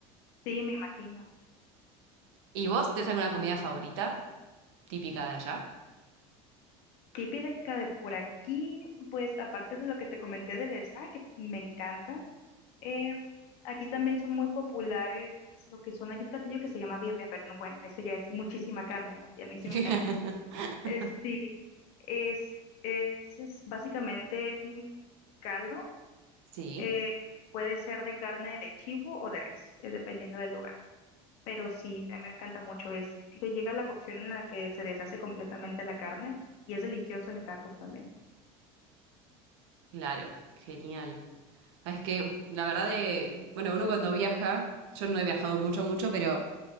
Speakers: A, on the left; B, on the right.
A: Sí, me imagino.
B: ¿Y vos tenés alguna comida favorita típica de allá?
A: Típica de por aquí, pues aparte de lo que te comenté del snack, que me encanta, Em, aquí también son muy populares lo que son, hay un platillo que se llama birria, pero no, bueno, eso ya es muchísima carne, y a mí
B: <laughs>
A: sí me encanta. Es, sí, es, es, es básicamente un caldo,
B: Sí,
A: eh, puede ser de carne de chivo o de res, es dependiendo del lugar. Pero sí, a mí me encanta mucho, es, si te llega la cocción en la que se deshace completamente la carne y es delicioso en tacos también.
B: claro, genial. Ah, Es que la verdad de, bueno, uno cuando viaja, yo no he viajado mucho, mucho, pero